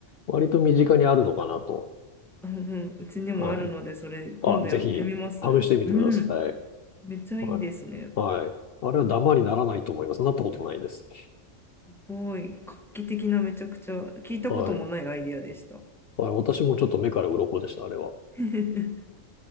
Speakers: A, on the left; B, in the centre.
A: 割と身近にあるのかなと。
B: うんうん。うちにもあるので、
A: はい。
B: それ今度やってみます。
A: あ、ぜひ、試してみてください。
B: うん。めっちゃいいですね。
A: はい。はい。あれはダマにならないと思います。なったことないです。
B: ごい、画期的なめちゃくちゃ聞いたこともないアイディアでした。
A: はい。はい。私もちょっと目から鱗でした、あれは。
B: <laughs> え、